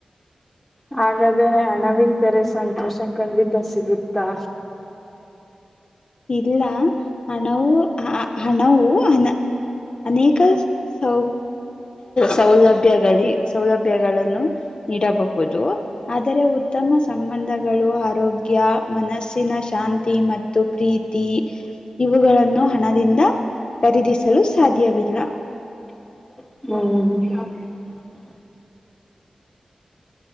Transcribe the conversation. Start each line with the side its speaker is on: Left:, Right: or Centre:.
Centre: ಹಾಗಾದ್ರೆ ಹಣ ಬಿದ್ದರೆ ಸಂತೋಷ ಖಂಡಿತ ಸಿಗುತ್ತಾ
Left: ಇಲ್ಲ ಹಣವು ಹಣವು ಹನ ಅನೇಕ ಸೌ ಸೌಲಭ್ಯಗಳಿ ಸೌಲಭ್ಯಗಳನ್ನು ನೀಡಬಹುದು ಆದರೆ ಉತ್ತಮ ಸಂಬಂಧಗಳು ಆರೋಗ್ಯ ಮನಸ್ಸಿನ ಶಾಂತಿ ಮತ್ತು ಪ್ರೀತಿ ಇವುಗಳನ್ನು ಹಣದಿಂದ ಖರೀದಿಸಲು ಸಾಧ್ಯವಿದೆ ಇಲ್ಲ
Centre: ಹ್ಮ್
Left: ಹ <unintelligible>